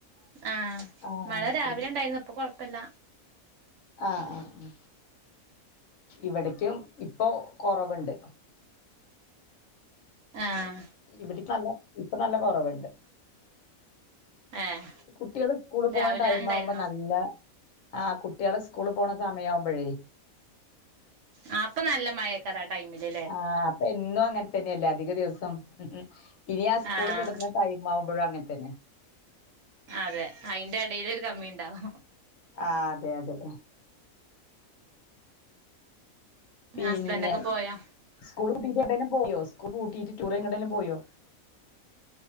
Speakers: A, on the right (about 65°); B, on the left (about 70°).
A: ആഹ്
B: ആഹ്
A: മഴ
B: അത്
A: രാവിലെ
B: ശരി
A: ഉണ്ടായിരുന്നു ഇപ്പൊ കുഴപ്പില്ല.
B: ആഹ് ഇവിടക്കും ഇപ്പൊ കൊറവുണ്ട്.
A: ആഹ്
B: ഇവിടക്ക് നല്ല ഇപ്പ നല്ല കുറവുണ്ട്.
A: ഏഹ്
B: കുട്ടികൾ സ്കൂളിൽ പോണടൈം
A: രാവിലെ ഉണ്ടായിരുന്നോ
B: ആവുമ്പോ നല്ല ആഹ് കുട്ടികളെ സ്കൂളിൽ പോണസമയയാവുമ്പോഴേ.
A: ആഹ് അപ്പൊനല്ല മഴയാ ട്ടര ആട്ടയിമ്മിൽ.
B: ആഹ് അപ്പൊ എന്നും അങ്ങനെതന്നെയല്ലേ അധിക ദിവസം ഇനി ആ സ്കൂള്
A: ആഹ്
B: വിടുന്ന ടൈ മാവമ്പോഴും അങ്ങനത്തന്നെ.
A: അതെ അതിന്റെ ഇടയിൽ ഒരു കമ്മിണ്ടാവോ
B: ആഹ് അതെ അതെ പിന്നെ
A: ഹസ്ബൻഡൊക്കെ പോയോ
B: സ്കൂൾ പൂട്ടിയിട്ട് എവിടേലും പോയോ സ്കൂൾ പൂട്ടിയിട്ട് ടൂർ എങ്ങടോലും പോയോ?